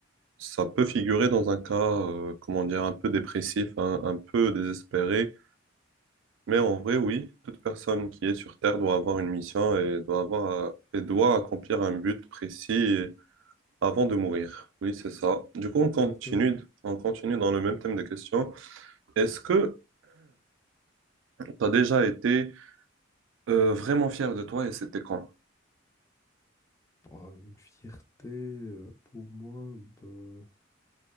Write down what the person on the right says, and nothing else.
Ça peut figurer dans un cas, euh, comment dire, un peu dépressif, un, un peu désespéré, mais en vrai, oui, toute personne qui est sur Terre doit avoir une mission et doit avoir, euh, et doit accomplir un but précis avant de mourir. Oui, c'est ça. Du coup, on continue,
on continue dans le même thème de questions. Est-ce que tu as déjà été euh, vraiment fier de toi et c'était quand?